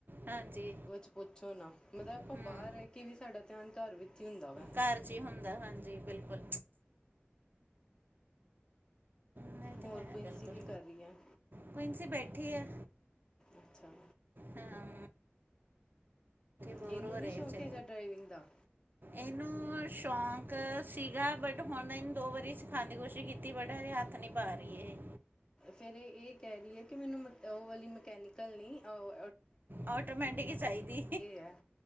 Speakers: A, on the right; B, on the left.
A: ਹਾਂਜੀ
B: ਕੁਛ ਪੁੱਛੋ ਨਾ ਮਤਲਬ ਆਪਾਂ
A: ਹੂੰ
B: ਬਾਹਰ ਰਹਿ ਕੇ ਵੀ ਸਾਡਾ ਧਿਆਨ। ਘਰ ਵਿੱਚ। ਹੀ ਹੁੰਦਾ ਵਾ
A: ਘਰ ਚ ਹੀ ਹੁੰਦਾ ਹਾਂਜੀ। ਬਿਲਕੁਲ। ਨਹੀਂ ਤੇ
B: ਹੋਰ
A: ਹੈ
B: ਪ੍ਰਿੰਸੀ
A: ਬਿਲਕੁਲ
B: ਕੀ ਕਰ ਰਹੀ ਹੈ,
A: ਕੁਇੰਸੀ ਬੈਠੀ ਹੈ
B: ਅੱਛਾ।
A: ਹਾਂ ਬੋਰ
B: ਇਹਨੂੰ
A: ਹੋ
B: ਨਹੀਂ
A: ਰਹੇ,
B: ਸ਼ੌਂਕ ਹੈਗਾ ਡਰਾਈਵਿੰਗ ਦਾ
A: ਇਹਨੂੰ ਸ਼ੌਕ ਸੀਗਾ ਬ ਹੁਣ ਏਨੂੰ ਦੋ ਵਾਰੀ ਸਿਖਾਣੇ ਦੀ ਕੋਸ਼ਿਸ਼ ਕੀਤੀ, ਬਟ ਹਜੇ ਹੱਥ ਨੀ ਪਾ ਰਹੀ ਇਹ।
B: ਫਿਰ ਇਹ ਕਹਿ ਰਹੀ ਹੈ ਕਿ ਮੈਨੂੰ ਮ ਉਹ ਵਾਲੀ ਮਕੈਨੀਕਲ ਨਹੀਂ ਔ
A: ਆਟੋਮੈਟਿਕ ਚਾਹੀਦੀ
B: ਹੈ